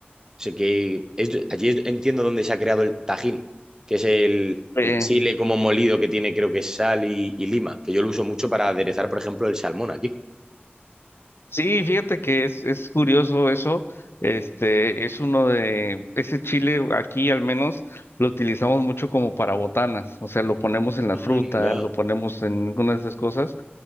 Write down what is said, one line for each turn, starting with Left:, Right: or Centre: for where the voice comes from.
Right: O sea que es- allí es- entiendo dónde se ha creado el Tajín, que es el,
Left: Eh,
Right: el chile como molido que tiene, creo que es sal y, y lima, que yo lo uso mucho para aderezar, por ejemplo, el salmón aquí.
Left: sí, fíjate que es, es curioso eso. Este es uno de ese chile aquí al menos lo utilizamos mucho como para botanas, o sea, lo ponemos en la fruta,
Right: Anda.
Left: lo ponemos en algunas de esas cosas,